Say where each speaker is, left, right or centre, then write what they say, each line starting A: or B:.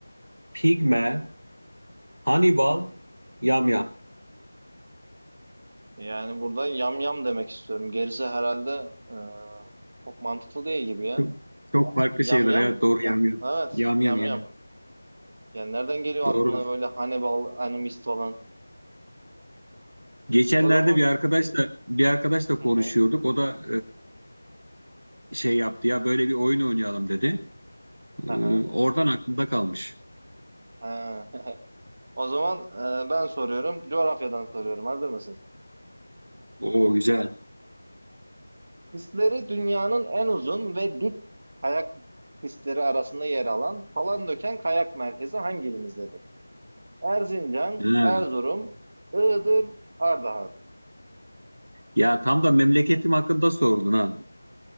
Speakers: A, on the right (about 65°); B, on the right (about 35°).
A: pigme, Hannibal, yamyam.
B: Yani burada yam yam demek istiyorum. Gerisi herhalde e, çok mantıklı değil gibi ya.
A: Çok, çok farklı
B: Yam
A: şeyler.
B: yam
A: Evet doğru yamyam.
B: Evet,
A: Yamyam
B: yam
A: yamyam.
B: yam. Yani nereden geliyor
A: Doğru.
B: aklına böyle Hannibal Animist falan?
A: Geçenlerde
B: O zaman
A: bir arkadaşla bir arkadaşla konuşuyorduk.
B: hı hı,
A: O da e, şey yaptı ya böyle bir oyun oynayalım dedi. E,
B: hı
A: oradan aklımda kalmış.
B: ha. <laughs> O zaman e, ben soruyorum, coğrafyadan soruyorum. Hazır mısın?
A: Oo güzel.
B: Pistleri dünyanın en uzun ve dik kayak pistleri arasında yer alan Palandöken Kayak Merkezi hangi ilimizdedir? Erzincan,
A: He.
B: Erzurum, Iğdır, Ardahan.
A: Ya tam da memleketim hakkında sordun ha.